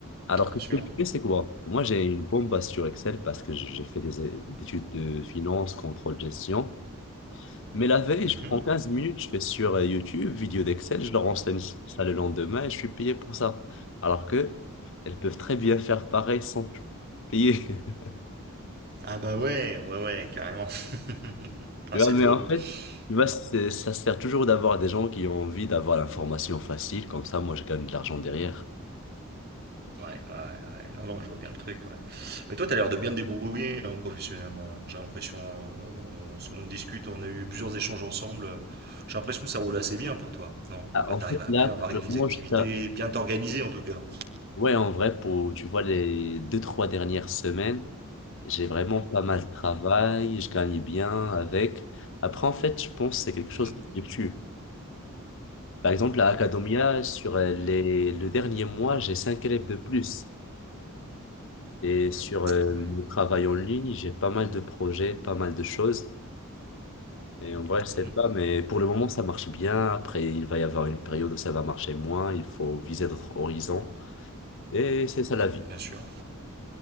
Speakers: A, on the left (about 60°); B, on the right (about 45°).
A: Alors
B: Bien
A: que
B: sûr.
A: ce que je fais, c'est quoi? Moi, j'ai une bombe base sur Excel parce que j'ai fait des é- des études de finance, contrôle, gestion. Mais la veille,
B: Mhm.
A: je prends 15 minutes, je vais sur euh, YouTube, vidéo d'Excel, je leur enseigne ça le lendemain et je suis payé pour ça. Alors que elles peuvent très bien faire pareil sans tout payer. <laughs>
B: Ah bah ouais, ouais, ouais, carrément. <laughs> Ah,
A: Tu vois,
B: c'est
A: mais
B: drôle.
A: en fait, tu vois,
B: Ouais,
A: c'est- ça sert toujours d'avoir des gens qui ont envie d'avoir l'information facile, comme ça, moi, je gagne de l'argent derrière.
B: ouais, ouais, ouais. Non, non, je vois bien le truc. Ouais. Mais toi, t'as l'air de bien te débrouiller hein, professionnellement. J'ai l'impression, euh, on, s- on discute, on a eu plusieurs échanges ensemble. euh, J'ai l'impression que ça roule assez bien pour toi, non?
A: Ah,
B: Enfin,
A: en
B: t'arrives
A: fait,
B: à
A: là,
B: bien
A: pour
B: varier
A: le
B: les
A: moment,
B: activités,
A: je t'a-
B: bien t'organiser en tout cas.
A: ouais, en vrai, pour, tu vois, les deux, trois dernières semaines, j'ai vraiment pas mal de travail, je gagne bien avec. Après, en fait, je pense que c'est quelque
B: Mhm.
A: chose qui fluctue. Par exemple, à Academia, sur euh, les, le dernier mois, j'ai cinq élèves de plus. Et sur euh,
B: Ouais.
A: mon travail en ligne, j'ai pas mal de projets, pas mal de choses. Et en vrai, je sais
B: Mhm.
A: pas, mais pour le moment, ça marche bien. Après, il va y avoir une période où ça va marcher moins. Il faut viser d'autres horizons. Et c'est ça la vie.
B: Bien sûr.